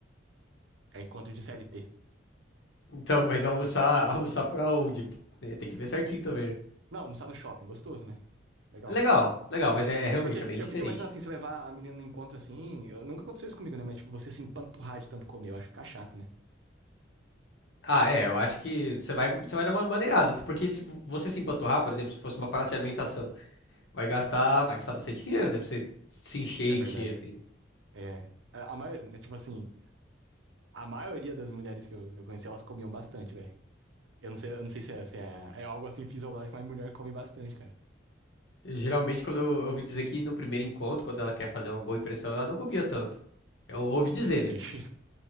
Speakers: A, on the right; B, on the left.
A: É encontro de CLT.
B: Então, mas almoçar, <laughs> almoçar pra onde? Né, Tem que ver certinho também, né?
A: Não, almoçar no shopping, gostoso, né? Legal.
B: Legal, legal, mas é, é realmente
A: Porque
B: é bem
A: eu
B: diferente.
A: fico imaginando assim, se levar a menina no encontro assim. eu- nunca aconteceu isso comigo, né? Mas, tipo, você se empanturrar de tanto comer, eu acho que fica chato, né?
B: Ah, é, eu acho que você vai, você vai dar uma maneirada, porque se você se empanturrar, por exemplo, se fosse uma parada de alimentação, vai gastar, vai gastar bastante dinheiro, né, pra você se encher,
A: É verdade.
B: encher, assim.
A: É. A, a maioria, tipo assim, a maioria das mulheres que eu, que eu conheci, elas comiam bastante, velho. Eu não sei, eu não sei se, é, se é, é algo assim fisiológico, mas mulher come bastante, cara.
B: Geralmente, quando eu eu ouvi dizer que no primeiro encontro, quando ela quer fazer uma boa impressão, ela não comia tanto. Eu ouvi dizer, né?
A: Ixi,